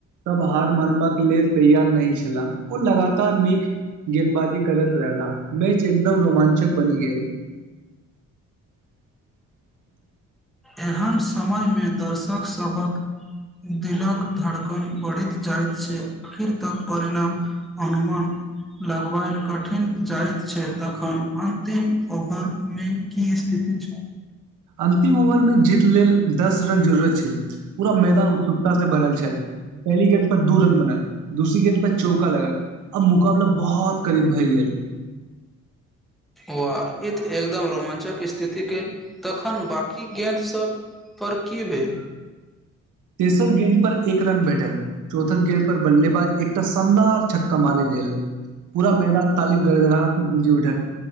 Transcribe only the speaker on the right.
सब हार मानबाक लेल तैयार नहि छलाह ओ लगातार नीक गेदंबाजी करैत रहला मैच एकदम रोमाञ्चक बनि गेल <inaudible>
अंतिम ओवर मे जीत लेल दस रन जरूरत छल पूरा मैदान उत्सुकता से भरल छल पहिलि गेंद पर दू रन बना दूसरी गेंद पर चौका लगल आब मुकाबला बहुत करीब भए गेल <inaudible>
तेसर गेंद पर एक रन बैठल चौथा गेंद पर बल्ेबाज एकटा शानदार छक्का मारे द देल पूरा मैदान तालिक गड़गड़ाहट से गुंजी उठल